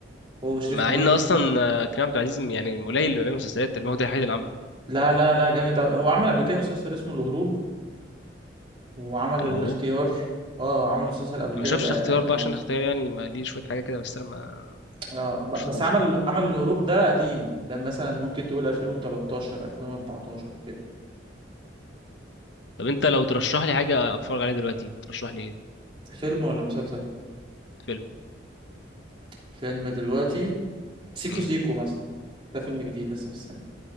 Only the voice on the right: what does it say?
هو شريف
منير
لا لا لا جامد قوي هو عمل قبل كده مسلسل اسمه الهروب وعمل
الاختيار اه عمل مسلسل قبل كده
ده
قديم
اه ب-
بس عمل
عمل الهروب ده قديم ده مثلا ممكن تقول 2013 2014 كده
فيلم ولا مسلسل
فيلم دلوقتي سيكو
سيكو مثلا ده فيلم جديد لسه في السينما